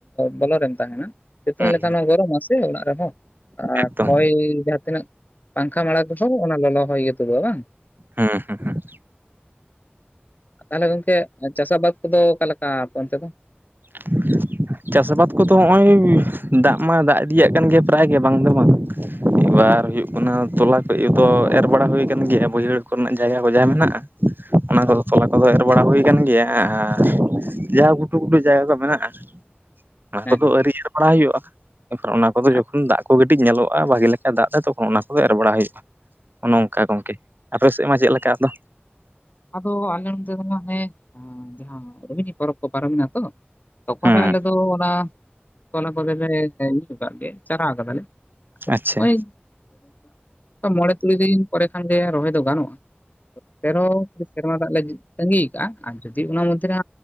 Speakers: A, on the left; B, on the right.
A: ᱵᱚᱞᱚ ᱨᱮᱢ ᱛᱟᱦᱮᱸᱱᱟ ᱥᱤᱛᱩᱝ
B: ᱦᱩᱸ
A: ᱞᱮᱠᱟᱱᱮᱭ ᱜᱚᱨᱚᱢᱟ ᱥᱮ ᱚᱲᱟᱜ ᱨᱮᱦᱚᱸ ᱟᱨ
B: ᱮᱠᱫᱚᱢ
A: ᱦᱚᱭ ᱡᱟᱦᱟᱸ ᱛᱤᱱᱟᱹᱜ ᱯᱟᱝᱠᱷᱟ ᱢᱟᱲᱟᱝ ᱨᱮᱦᱚᱸ ᱚᱱᱟ ᱞᱚᱞᱚ ᱦᱚᱭ ᱜᱮ ᱛᱚᱵᱮᱟ ᱵᱟᱝ
B: ᱦᱮᱸ ᱦᱮᱸ ᱦᱮᱸ
A: ᱛᱟᱦᱚᱞᱮ ᱜᱚᱝᱠᱮ ᱪᱟᱥ ᱟᱵᱟᱫ ᱠᱚᱫᱚ ᱚᱠᱟᱮᱠᱟ ᱚᱱᱛᱮ ᱫᱚ?
B: <unintelligible> ᱪᱟᱥ ᱟᱵᱟᱫ ᱠᱚᱫᱚ ᱱᱚᱜᱼᱚᱭ ᱫᱟᱜ ᱢᱟ ᱫᱟᱜ ᱤᱫᱤᱭᱟᱜ ᱠᱟᱱ ᱜᱮ ᱯᱮᱨᱟᱭ ᱜᱮ ᱵᱟᱝ ᱫᱚ ᱵᱟᱝ ᱢᱤᱫᱵᱟᱨ ᱦᱩᱭᱩᱜ ᱠᱟᱱᱟ ᱛᱚᱞᱟ ᱠᱚ ᱫᱚ ᱮᱨ ᱵᱟᱲᱟ ᱦᱩᱭ ᱟᱠᱟᱱ ᱜᱮᱭᱟ ᱵᱟᱹᱭᱦᱟᱹᱲ ᱠᱚᱨᱮᱱᱟᱜ ᱡᱟᱭᱜᱟ ᱠᱚ ᱡᱟᱦᱟᱸᱟ ᱢᱮᱱᱟᱜᱼᱟ᱾ ᱚᱱᱟ ᱠᱚᱫᱚ ᱛᱚᱞᱟ ᱠᱚᱫᱚ ᱮᱨ ᱵᱟᱲᱟ ᱦᱩᱭ ᱟᱠᱟᱱ ᱜᱮᱭᱟ ᱟᱨ ᱡᱟᱦᱟ ᱜᱷᱩᱴᱩᱜᱷᱩᱴᱩ ᱡᱟᱭᱜᱟ ᱠᱚ ᱢᱮᱱᱟᱜᱼᱟ ᱚᱱᱟ
A: ᱦᱮᱸ
B: ᱠᱚᱫᱚ ᱟᱹᱨᱤ ᱥᱟᱯᱲᱟᱣ ᱦᱩᱭᱩᱜᱼᱟ ᱮᱱᱠᱷᱟᱱ ᱚᱱᱟ ᱠᱚᱫᱚ
A: ᱦᱮᱸ
B: ᱡᱚᱠᱷᱚᱱ ᱫᱟᱜ ᱠᱚ ᱜᱤ ᱠᱟᱹᱴᱤᱡ ᱧᱮᱞᱚᱜᱼᱟ ᱵᱷᱟᱜᱤ ᱞᱮᱠᱟ ᱫᱟᱜ ᱛᱮ ᱛᱚᱠᱷᱚᱱ ᱚᱱᱟ ᱠᱚᱫᱚ ᱮᱨ ᱵᱟᱲᱟ ᱦᱩᱭᱩᱜᱼᱟ ᱚᱱᱮ ᱱᱚᱝᱠᱟ ᱜᱚᱝᱠᱮ ᱟᱯᱮ ᱥᱮᱫ ᱢᱟ ᱪᱮᱫ ᱞᱮᱠᱟ ᱟᱫᱚ?
A: ᱟᱫᱚ ᱟᱞᱮ ᱱᱚᱱᱛᱮ ᱫᱚ ᱦᱟᱱᱮ ᱡᱟᱦᱟᱸ ᱨᱢᱤᱱᱤ ᱯᱚᱨᱚᱵᱽ ᱠᱚ ᱯᱟᱨᱚᱢ ᱮᱱᱟᱜ ᱛᱚ ᱛᱚᱠᱷᱚᱱᱮ
B: ᱦᱮᱸ
A: ᱟᱞᱮ ᱫᱚ ᱚᱱᱟ ᱚᱱᱟ ᱠᱚᱫᱚ ᱫᱚ ᱧᱩ ᱠᱟᱜ ᱜᱮ ᱪᱟᱣ ᱠᱟᱫᱟᱞᱮ
B: ᱟᱪᱪᱷᱟ
A: ᱳᱭ ᱢᱚᱬᱮ ᱛᱩᱨᱩᱭ ᱫᱤᱱ ᱯᱚᱨᱮ ᱠᱷᱟᱱᱜᱮ ᱨᱚᱦᱚᱭ ᱫᱚ ᱜᱟᱱᱚᱜᱼᱟ᱾ ᱯᱮᱱ <inaudible> ᱥᱮᱨᱢᱟ ᱫᱟᱜ ᱞᱮ ᱛᱟᱹᱜᱤ ᱠᱟᱜᱼᱟ ᱟᱨ ᱡᱩᱫᱤ ᱚᱱᱟ ᱢᱚᱫᱽᱫᱷᱮ ᱨᱮ